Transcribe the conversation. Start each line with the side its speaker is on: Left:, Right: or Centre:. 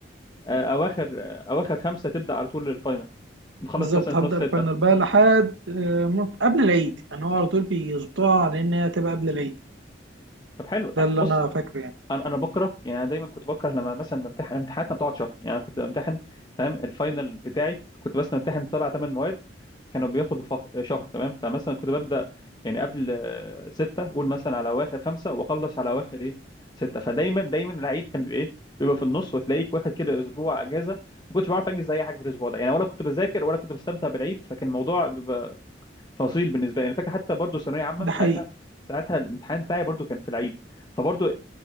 Left: آه، اواخر آه، اواخر خمسه تبدا على طول الفاينل تخلص
Right: بالظبط
Left: مثلا في
Right: هبدأ
Left: نص ستة
Right: الفاينل بقى لحد آه، مت- قبل العيد يعني هو على طول بيظبطوها لان هي تبقى قبل العيد
Left: طب حلو
Right: ده اللي
Left: بص
Right: انا فاكره يعني
Left: انا انا بكره يعني انا دايما كنت بكره لما مثلا بمتحن امتحاناتنا بتقعد شهر يعني انا كنت بمتحن تمام الفاينل بتاعي كنت بس بمتحن سبع ثمان مواد كانوا بياخدوا فه- شهر تمام فمثلا كنت ببدا يعني قبل آه، ستة قول مثلا على اواخر خمسة واخلص على اواخر ايه ستة فدايما دايما العيد كان ايه بيبقى في النص وتلاقيك واخد كده اسبوع اجازه ما كنتش بعرف انجز اي حاجه في الاسبوع ده يعني ولا كنت بذاكر ولا كنت بستمتع بالعيد فكان الموضوع بيبقى فصيل بالنسبه لي انا فاكر حتى برضو ثانويه عامه
Right: ده
Left: ساعتها
Right: حقيقي
Left: ساعتها الامتحان بتاعي برضو كان في العيد فبرضو